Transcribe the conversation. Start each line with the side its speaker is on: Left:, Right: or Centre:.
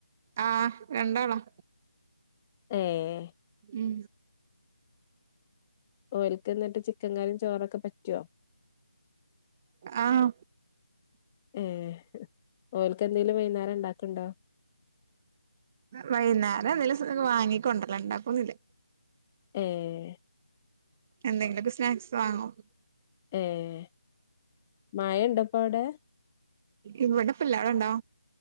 Right: ആഹ് രണ്ടാളും.
Left: ഏഹ്?
Right: ഉം
Left: ഓര്ക്ക്ന്നട്ട് ചിക്കക്കറീം ചോറൊക്കെ പറ്റോ?
Right: ആഹ്.
Left: ഏഹ്, ഓൽക്കെന്തേലും വൈന്നാരം ഇണ്ടാക്ക്ണ്ടൊ
Right: വൈന്നേരം എന്തേലും സ് വാങ്ങികൊണ്ട്രലാ ഇണ്ടാക്കൊന്നൂല്ല.
Left: ഏഹ്?
Right: എന്തെങ്കിലും സ്നാക്സ് വാങ്ങും.
Left: ഏഹ് മഴണ്ടൊ ഇപ്പൗടെ?
Right: ഇവിടെപ്പല്ല അവിടെ ഇണ്ടൊ.